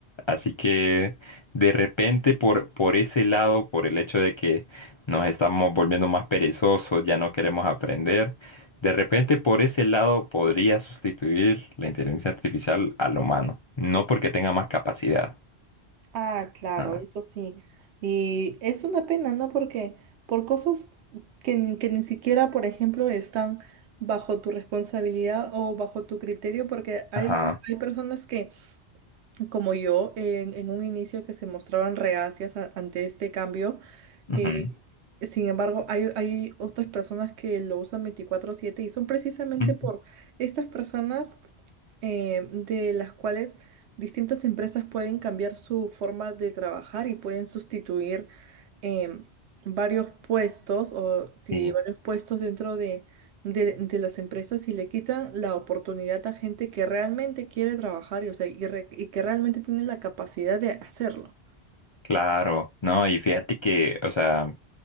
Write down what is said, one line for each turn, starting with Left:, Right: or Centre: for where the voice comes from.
Left: Así que de repente por, por ese lado, por el hecho de que nos estamos volviendo más perezosos, ya no queremos aprender, de repente, por ese lado, podría sustituir la inteligencia artificial al humano. No porque tenga más capacidad.
Right: Ah, claro,
Left: Ah,
Right: eso sí. Y es una pena, ¿no? Porque por cosas que, n- que ni siquiera, por ejemplo, están bajo tu responsabilidad o bajo tu criterio, porque hay,
Left: Ajá.
Right: hay personas que como yo, en, en un inicio que se mostraban reacias a- ante este cambio.
Left: ujú,
Right: eh, sin embargo, hay, hay otras personas que lo usan 24/7 y son precisamente
Left: ujú,
Right: por estas personas eh, de las cuales distintas empresas pueden cambiar su forma de trabajar y pueden sustituir em, varios puestos o si
Left: Sí.
Right: varios puestos dentro de, de- de las empresas y le quitan la oportunidad a gente que realmente quiere trabajar y, o sea, y re- y que realmente tiene la capacidad de hacerlo.
Left: Claro, no, y fíjate que, o sea,